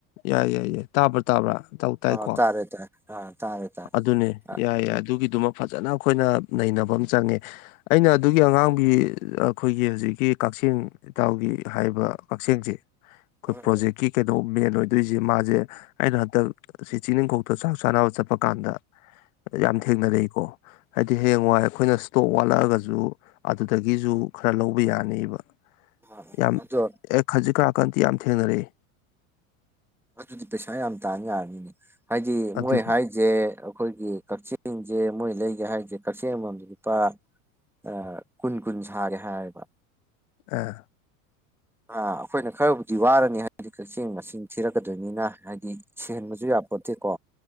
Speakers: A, on the left; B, in the centre.
A: ꯌꯥꯏ ꯌꯥꯏ ꯌꯥꯏ ꯇꯥꯕ꯭ꯔꯥ ꯇꯥꯕ꯭ꯔꯥ ꯏꯇꯥꯎ ꯇꯥꯏꯀꯣ
B: ꯑꯥ ꯇꯥꯔꯦ ꯇꯥꯔꯦ ꯑꯥ ꯇꯥꯔꯦ ꯇꯥꯔꯦ
A: ꯑꯗꯨꯅꯦ
B: ꯑꯥ
A: ꯌꯥꯏ ꯌꯥꯏ ꯑꯗꯨꯒꯤ ꯑꯗꯨꯃ ꯐꯖꯟꯅ ꯑꯈꯣꯏꯅ ꯅꯩꯅꯕ ꯑꯃ ꯆꯪꯉꯦ ꯑꯩꯅ ꯑꯗꯨꯒꯤ ꯑꯉꯥꯡꯕꯤ ꯑꯈꯣꯏꯒꯤ ꯍꯧꯖꯤꯛꯀꯤ ꯀꯛꯆꯦꯡ ꯏꯇꯥꯎꯒꯤ ꯍꯥꯏꯕ ꯀꯛꯆꯦꯡꯁꯦ ꯈꯣꯏ
B: ꯎꯝ ꯎꯝ
A: ꯄ꯭ꯔꯣꯖꯦꯛꯀꯤ ꯀꯩꯅꯣ ꯃꯦꯟ ꯑꯣꯏꯗꯣꯏꯖꯦ ꯃꯥꯖꯦ ꯑꯩꯅ ꯍꯟꯗꯛ ꯁꯤ ꯆꯤꯡꯅꯤꯡꯈꯣꯛꯇ ꯆꯥꯛ ꯆꯥꯅꯕ ꯆꯠꯄ ꯀꯥꯟꯗ ꯌꯥꯝ ꯊꯦꯡꯅꯔꯛꯏꯀꯣ ꯍꯥꯏꯗꯤ ꯍꯌꯦꯡ ꯋꯥꯏ ꯑꯈꯣꯏꯅ ꯇꯣꯞ ꯋꯥꯠꯂꯛꯑꯒꯁꯨ ꯑꯗꯨꯗꯒꯤꯖꯨ ꯈꯔ ꯂꯧꯕ ꯌꯥꯅꯤꯕ
B: ꯎꯝ
A: ꯌꯥꯝ
B: ꯑꯗꯣ
A: ꯑꯦ ꯈꯖꯤꯛ ꯈꯔꯥꯛ ꯀꯟꯇꯤ ꯌꯥꯝ ꯊꯦꯡꯅꯔꯛꯑꯦ
B: ꯑꯗꯨꯗꯤ ꯄꯩꯁꯥ ꯌꯥꯝ ꯇꯥꯟ ꯌꯥꯔꯅꯤꯅꯦ ꯍꯥꯏꯗꯤ
A: ꯑꯗꯨꯅꯦ
B: ꯃꯣꯏ ꯍꯥꯏꯖꯦ ꯑꯈꯣꯏꯒꯤ ꯀꯛꯆꯦꯡꯖꯦ ꯃꯣꯏ ꯂꯩꯒꯦ ꯍꯥꯏ ꯖꯤꯛ ꯀꯛꯆꯦꯡ ꯑꯃꯃꯝꯗ ꯂꯨꯄꯥ ꯑꯥ ꯀꯨꯟ ꯀꯨꯟ ꯁꯥꯒꯦ ꯍꯥꯏꯌꯦꯕ
A: ꯑꯥ
B: ꯑ ꯑꯩꯈꯣꯏꯅ ꯈꯔꯕꯨꯗꯤ ꯋꯥꯔꯅꯤ ꯍꯥꯏꯗꯤ ꯀꯛꯆꯦꯡ ꯃꯁꯤꯡ ꯊꯤꯔꯛꯀꯗꯣꯏꯅꯤꯅ ꯍꯥꯏꯗꯤ ꯁꯤꯍꯟꯕꯁꯨ ꯌꯥꯄꯣꯇꯦꯀꯣ